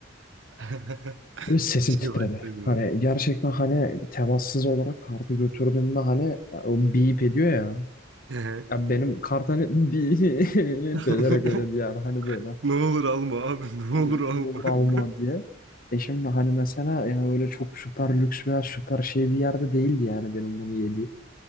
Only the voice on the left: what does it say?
Ve sesim
titredi.
Hani gerçekten hani temassız olarak kartı götürdüğümde hani o beep ediyor ya.
Ya benim kart hani beep
<laughs> ederek ödedi yani hani böyle.
Hani
ne olur alma
diye. E şimdi hani mesela yani öyle çok süper lüks veya süper şey bir yerde değildi yani benim bunu yediğim.